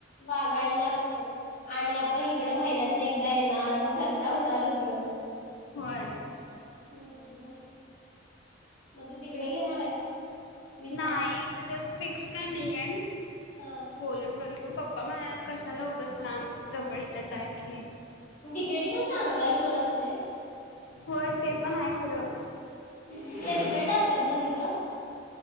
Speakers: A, on the left (about 45°); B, on the left (about 70°).
A: वागायला लागते आणि आपण इकडं महिन्यात ना एकदा येणार मग खर्च होणारच ग
B: होय.
A: हम्! मग तू तिकडे घेणार आहे? विचार
B: नाही म्हणजे फिक्स का नाही आहे
A: हा
B: बोलून बघितलं पप्पा म्हणाल्यात कशाला उगाच जवळ इथच आहे की.
A: तिकेटी पण चांगलं आहे सोड अक्षे.
B: होय ते पण आहे खरं.
A: प्लेसमेंट असतात ना तिथं?